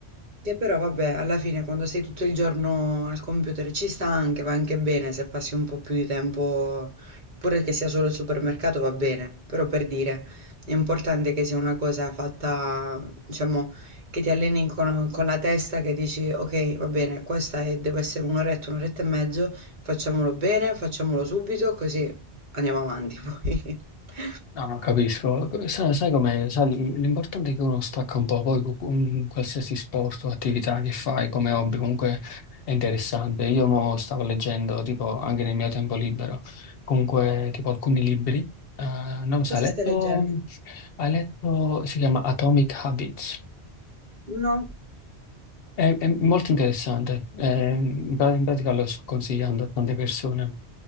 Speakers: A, on the right; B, on the left.
A: che però, vabbè, alla fine quando sei tutto il giorno al computer ci sta anche, va anche bene se passi un po' più di tempo, pure che sia solo il supermercato va bene, però per dire, è importante che sia una cosa fatta, diciamo, che ti alleni con, con la testa che dici, ok, va bene, questa è- deve essere un'oretta, un'oretta e mezzo, facciamolo bene, facciamolo subito, così andiamo avanti poi. <laughs>
B: No, non capisco. Sai, sai com'è? Sai, l'importante è che uno stacca un po', poi cu- un qualsiasi sport o attività che fai come hobby comunque è interessante. Io mo stavo leggendo, tipo, anche nel mio tempo libero, comunque, tipo, alcuni libri. Eh, non lo so,
A: Cosa
B: hai letto,
A: stai leggendo?
B: hai letto, si chiama Atomic Habits.
A: No,
B: È, è molto interessante. Eh, in pra- in pratica lo sto consigliando a tante persone.